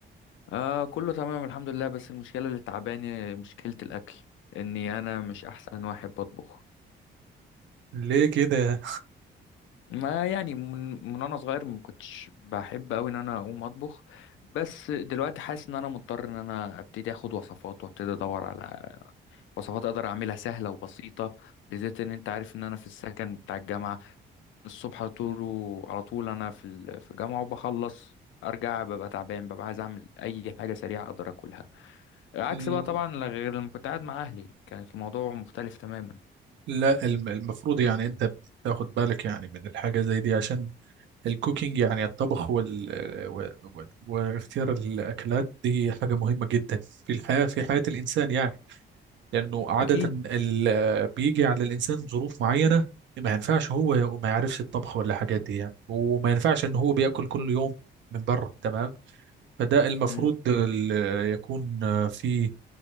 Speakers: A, on the left; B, on the right.
A: آه كله تمام الحمد لله بس المشكله اللي تعباني مشكله الاكل اني انا مش احسن واحد بطبخ
B: ليه كده
A: ما يعني من, من انا صغير ما كنتش بحب قوي ان انا اقوم اطبخ بس دلوقتي حاسس ان انا مضطر ان انا ابتدي اخد وصفات وابتدي ادور على وصفات اقدر اعملها سهله وبسيطه بالذات ان انت عارف ان انا في السكن بتاع الجامعه الصبح على طول على طول انا في ال- في الجامعه وبخلص ارجع ببقى تعبان ببقى عايز اعمل اي حاجه سريعه اقدر اكلها عكس
B: ال-
A: بقى طبعا غير لما كنت قاعد مع اهلي كانت الموضوع مختلف تماما
B: لا الم- المفروض يعني أنت تاخد بالك يعني من الحاجة زي دي عشان الكوكينج يعني الطبخ وال... و... و... واختيار الأكلات دي حاجة مهمة جدا في الحياة في حياة الإنسان يعني لأنه عادة
A: اكيد
B: ال- بيجي على الإنسان ظروف معينة ما ينفعش هو ما يعرفش الطبخ ولا حاجات دي يعني وما ينفعش إن هو بياكل كل يوم من بره تمام فده المفروض
A: امم
B: ال- يكون في